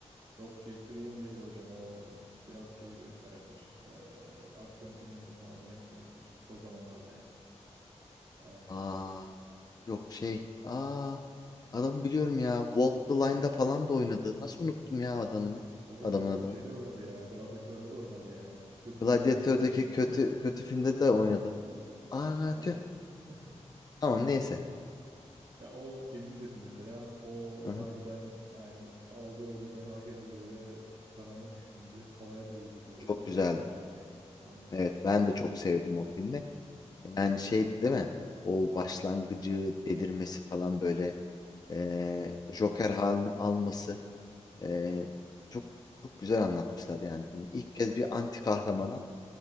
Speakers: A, on the right; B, on the left.
A: yok Jack Gleeson değil hocam o biraz şey bir karakter. E, aksiyon filmlerinde falan oynayan bir karakter. Son zamanlarda yani.
B: Aa, yok şey. Aa, adamı biliyorum ya. Walk the Line'da falan da oynadı. Nasıl unuttum ya adamını?
A: Hocam
B: Adamın
A: adam
B: adını.
A: şeyde oynadı ya. Gladiatör'de de oynadı yani. Kült
B: Gladiator'daki
A: filmlerde de oynadı.
B: kötü
A: <laughs>
B: kötü filmde de oynadı. Aa,
A: Ama
B: tüh.
A: <laughs>
B: Tamam neyse.
A: ya o filmi izledim mesela. O
B: Aha,
A: harbiden yani aldığı ödülleri hak eden böyle karanlık düşündü. Havaya da uyudu böyle.
B: çok
A: Çok
B: güzeldi.
A: güzel filmdi yani. Aynen.
B: Evet ben de çok sevdim o filmi. Yani şeydi değil mi? O başlangıcı delirmesi falan böyle eee, Joker halini alması eee, çok çok güzel anlatmışlar yani filmi. İlk kez bir anti kahramana